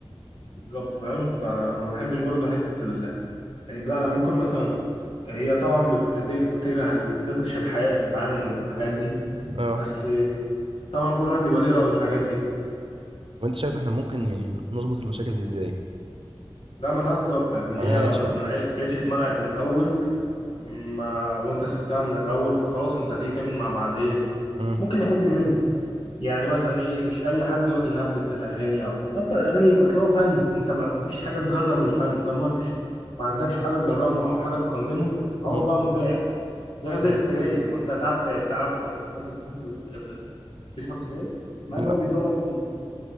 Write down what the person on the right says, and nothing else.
اه
وانت شايف احنا ممكن يعني نظبط المشاكل دي ازاي
ملهاش
ها؟
مم.
مم.
مم.
لا